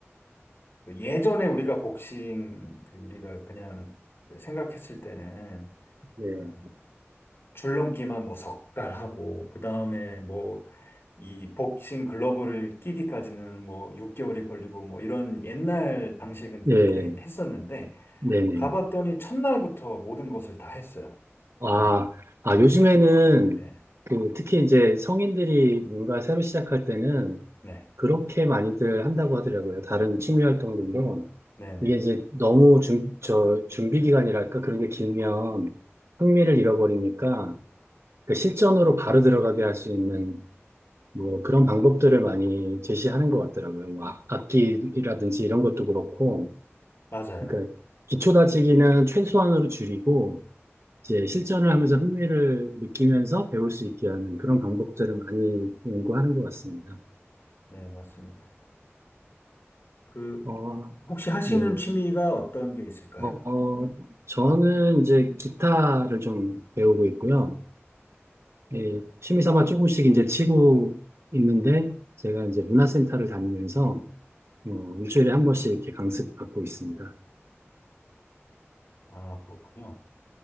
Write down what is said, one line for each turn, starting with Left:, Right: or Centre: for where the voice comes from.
Left: 그 예전에 우리가 복싱, 그 우리가 그냥 그 생각했을 때는
Right: 네,
Left: 아, 줄넘기만 뭐 석달 하고, 그 다음에 뭐 이 복싱 글러브를 끼기까지는 뭐 6개월이 걸리고 뭐 이런 옛날 방식은 그렇게
Right: 예,
Left: 해- 했었는데,
Right: 네네.
Left: 가봤더니 첫날부터 모든 것을 다 했어요.
Right: 아,
Left: 그래서,
Right: 아,
Left: 네,
Right: 요즘에는
Left: 네,
Right: 그 특히 이제 성인들이 뭔가 새로 시작할 때는
Left: 네,
Right: 그렇게 많이들 한다고 하더라고요. 다른 취미 활동들도.
Left: 네, 네.
Right: 이게 이제 너무 준, 저, 준비 기간이랄까 그런 게 길면 흥미를 잃어버리니까 그 실전으로 바로 들어가게 할 수 있는 뭐 그런 방법들을 많이 제시하는 것 같더라고요. 뭐 악- 악기라든지 이런 것도 그렇고,
Left: 맞아요.
Right: 그러니까 기초 다지기는 최소한으로 줄이고 이제 실전을 하면서 흥미를 느끼면서 배울 수 있게 하는 그런 방법들을 많이 연구하는 것 같습니다.
Left: 네, 맞습니다. 그,
Right: 어,
Left: 혹시 하시는
Right: 예.
Left: 취미가 어떤 게 있을까요?
Right: 어, 어, 저는 이제 기타를 좀 배우고 있고요. 예, 취미 삼아 조금씩 이제 치고 있는데 제가 이제 문화센터를 다니면서 어, 일주일에 한 번씩 이렇게 강습 받고 있습니다.
Left: 아, 그렇군요.